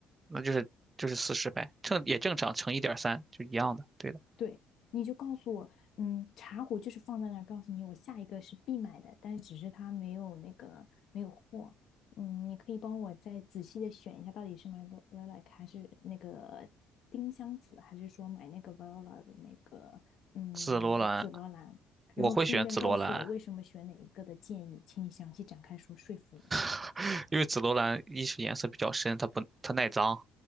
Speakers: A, on the right (about 25°); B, on the left (about 65°).
A: 那就是就是四十呗，正也正常乘一点三，就一样的，对的。
B: 对，你就告诉我，嗯，茶壶就是放在那儿，告诉你我下一个是必买的，但只是它没有那个没有货。嗯，你可以帮我再仔细的选一下，到底是买 lilac 还是那个丁香紫，还是说买那个 viola 的那个嗯紫罗兰？
A: 紫罗兰，我会选紫罗兰，
B: 然后顺便告诉我为什么选哪一个的建议，请你详细展开说说服我。
A: <laughs> 因为紫罗兰一是颜色比较深，它不它耐脏，